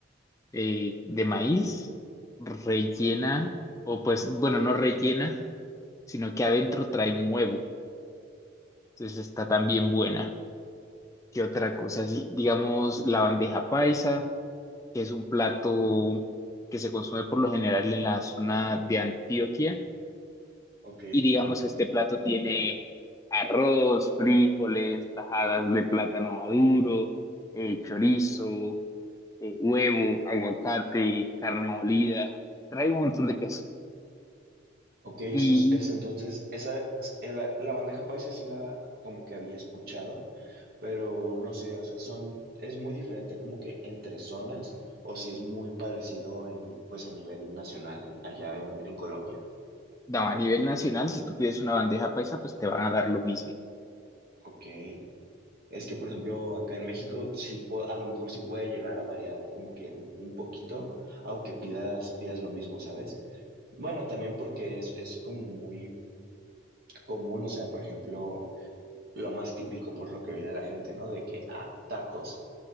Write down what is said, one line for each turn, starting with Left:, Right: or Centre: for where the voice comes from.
Left: eh, de maíz rellena, o pues, bueno, no rellena, sino que adentro trae un huevo. Entonces está también buena. ¿Qué otra cosa? Así, digamos, la bandeja paisa, que es un plato que se consume por lo general en la zona de Antioquia
Right: ok.
Left: Y digamos, este plato tiene arroz, frijoles, tajadas de plátano maduro, eh, chorizo, eh, huevo, aguacate, carne molida. Trae un montón de cosas.
Right: Ok, eso
Left: Y
Right: es, es entonces, esa, es- la, la bandeja paisa sí la como que había escuchado, pero no sé, o sea, son, es muy diferente como que entre zonas o si es muy parecido en, pues a nivel nacional, en- allá en, en Colombia.
Left: no, a nivel nacional, si tú pides una bandeja paisa, pues te van a dar lo mismo.
Right: Ok, es que por ejemplo acá en México sí po- a lo mejor sí puede llegar a variar como que un, un poquito, aunque pidas, pidas lo mismo, ¿sabes? Bueno, también porque es, es como muy común, o sea, por ejemplo... lo más típico por lo que viene la gente, ¿no? De que, ah, tacos.